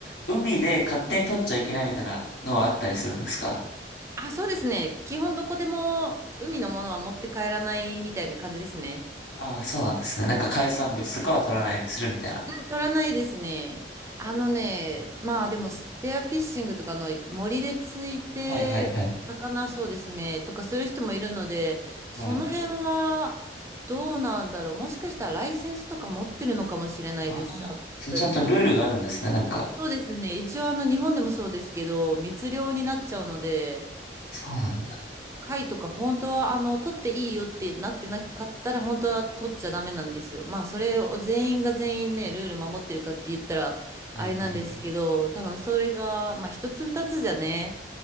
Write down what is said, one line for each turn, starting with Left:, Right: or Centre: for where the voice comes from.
Left: 海で勝手に取っちゃいけないみたいなのはあったりするんですか
Right: あ、そうですね。基本どこでも海のものは持って帰らないみたいな感じですね。
Left: ああー、そうなんですね。なんか海産物とかは取らないようにするみたいな。
Right: そうですね。うん、取らないですね。あのね、まあでもスペアフィッシングとかの森でついて、
Left: はいはいはい。
Right: 魚そうですね、とかする人もいるので、その辺はどうなんだろう。
Left: はい。
Right: もしかしたらライセンスとか持ってるのかもしれないです、
Left: ああ、
Right: あの人たち。
Left: そう、ちゃんとルールがあるんですね。なんか、
Right: そうですね。一応あの日本でもそうですけど、密漁になっちゃうので、
Left: そうなんだ。
Right: 貝とか本当はあの取っていいよってなってなかったら本当は取っちゃダメなんですよ。まあそれを全員が全員ねルール守ってるかって言ったらあれなんですけど多分それがまあ一つ二つじゃね
Left: はいはい。